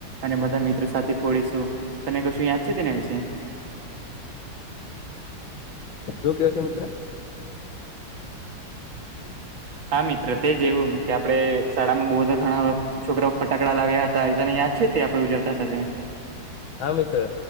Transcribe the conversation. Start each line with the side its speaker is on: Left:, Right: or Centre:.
Right: અને બધા મિત્રો સાથે ફોડીશું તને કશું યાદ છે, તેના વિશે
Left: શું કેવ છે, મિત્ર
Right: હા મિત્ર તે જે એવું કે આપણે શાળામાં બહુધા ઘણા છોકરાઓ ફટાકડા લાવ્યા હતા એ તને યાદ છે, તે આપણે ઉજવતા હતા તે
Left: હા મિત્ર